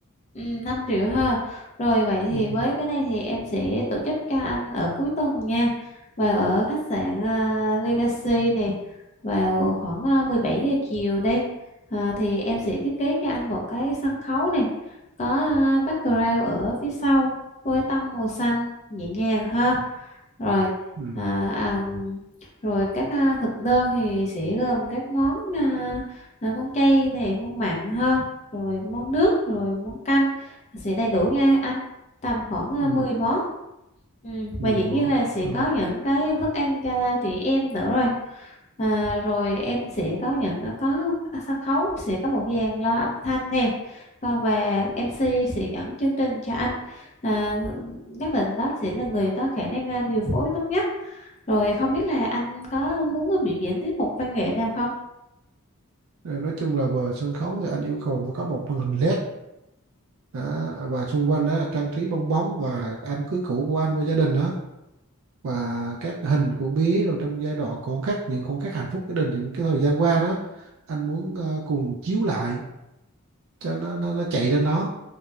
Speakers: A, on the left; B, on the right.
A: Ừ, 5 triệu ha. Rồi vậy thì
B: ừ,
A: với cái này thì em sẽ tổ chức cho anh ở cuối tuần nha. Vào ở khách sạn à, Legacy này vào khoảng à, 17 giờ chiều đi. À, thì em sẽ thiết kế cho anh một cái sân khấu này có à, background ở phía sau với tông màu xanh nhẹ nhàng ha. Rồi
B: ừ,
A: à, à, rồi các à, thực đơn thì sẽ gồm các món à, à, món chay này, món mặn ha rồi món nước rồi món canh sẽ đầy đủ nha anh tầm khoảng à,
B: ừ,
A: 10 món ừ.
B: 10
A: và dĩ
B: món
A: nhiên là sẽ
B: rồi.
A: có những cái thức ăn cho chị em nữa rồi à, rồi em sẽ có những ờ, có sân khấu sẽ có một dàn loa âm thanh nè Còn và MC sẽ dẫn chương trình cho anh à, nhất định đó sẽ là người có khả năng à, điều phối tốt nhất rồi không biết là anh có muốn biểu diễn tiết mục văn nghệ nào không
B: Ờ, nói chung là về sân khấu thì anh yêu cầu phải có một màn hình LED Đó, và xung quanh đó trang trí bong bóng và anh cưới cũ của anh với gia đình đó và các hình của bé rồi trong giai đoạn khoảnh khắc những khoảnh khắc hạnh phúc gia đình những cái thời gian qua đó anh muốn ờ, cùng chiếu lại cho nó nó, nó chạy lên đó